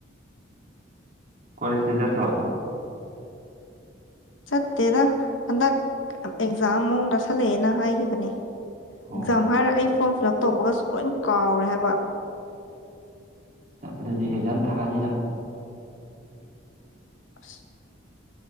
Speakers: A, on the right; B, on the left.
A: ꯀꯣꯂꯦꯖꯇꯤ ꯆꯠꯇ꯭ꯔꯣ
B: ꯆꯠꯇꯦꯗ ꯍꯟꯗꯛ ꯑꯦꯛꯖꯥꯝꯃꯨꯛ ꯅꯛꯁꯜꯂꯛꯑꯦꯅ ꯍꯥꯏꯈꯤꯕꯅꯦ
A: ꯑꯣ
B: ꯑꯦꯛꯖꯥꯝ ꯍꯥꯏꯔ ꯑꯩ ꯐꯣꯔꯝ ꯐꯤꯜ ꯑꯞ ꯇꯧꯕꯒꯥꯁꯨ ꯂꯣꯏ ꯀꯥꯎꯔꯦ ꯍꯥꯏꯕ
A: ꯑꯗꯨꯗꯤ ꯑꯦꯛꯖꯥꯝ ꯊꯥꯅꯤ ꯅꯪ
B: ꯑꯁ